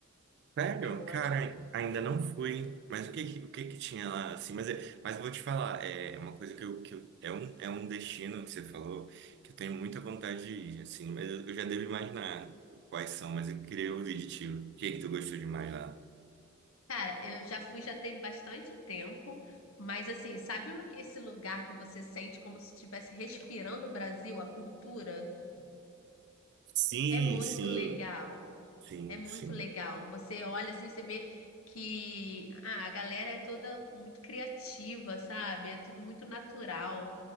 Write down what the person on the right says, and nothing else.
Sério?
Cara, ainda não fui. Mas o que que, o que que tinha lá, assim? Mas, é- mas eu vou te falar, é é uma coisa que eu, que eu- é um, é um destino que você falou que eu tenho muita vontade de ir, assim. Mas eu, eu já devo imaginar quais são, mas eu queria ouvir de ti. O que que tu gostou demais lá?
Sim,
sim,
sim,
sim.